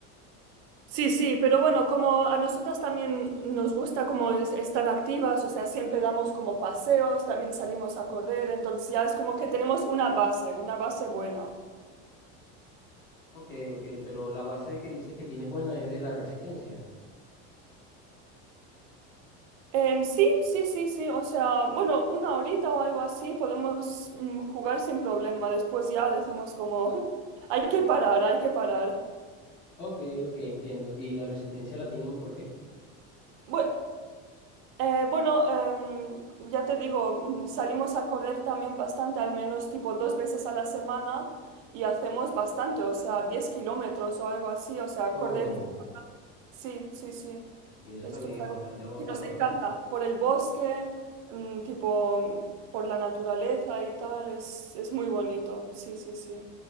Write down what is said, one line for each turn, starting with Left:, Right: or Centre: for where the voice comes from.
Right: Sí, sí, pero bueno, como a nosotras también nos gusta como es- estar activas, o sea, siempre damos como paseos, también salimos a correr, entonces ya es como que tenemos una base, una base buena.
Left: Ok, ok, pero la base que dices que tienes buena es de la resistencia.
Right: Em, sí, sí, sí, sí. O sea, bueno, una horita o algo así podemos mm, jugar sin problema. Después ya decimos como, <laughs> hay que parar, hay que parar.
Left: Ok, ok, entiendo. ¿Y la resistencia la tienen por qué?
Right: Bue- eh, bueno, em, ya te digo, mm, salimos a correr también bastante, al menos tipo dos veces a la semana y hacemos bastante, o sea, 10 kilómetros o algo así. O sea,
Left: Oh,
Right: correr Sí, sí, sí.
Left: y eso
Right: Esto
Left: también
Right: es
Left: es
Right: algo
Left: bastante agotador.
Right: que nos encanta. Por el bosque, mm, tipo, mm, por la naturaleza y tal, es, es muy bonito. Sí, sí, sí.